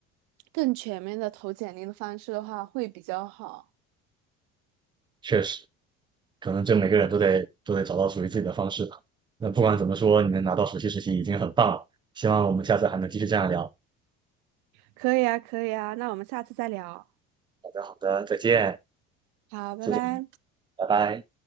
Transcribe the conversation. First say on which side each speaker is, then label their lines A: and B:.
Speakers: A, on the right (about 75°); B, on the right (about 15°).
A: 更全面的投简历的方式的话，会比较好。
B: 确实，可能这每个人都得都得找到属于自己的方式吧。那不管怎么说，你能拿到暑期实习已经很棒了。希望我们下次还能继续这样聊。
A: 可以啊，可以啊，那我们下次再聊，
B: 好的，好的，再见，
A: 好，拜拜。
B: 谢谢你，拜拜。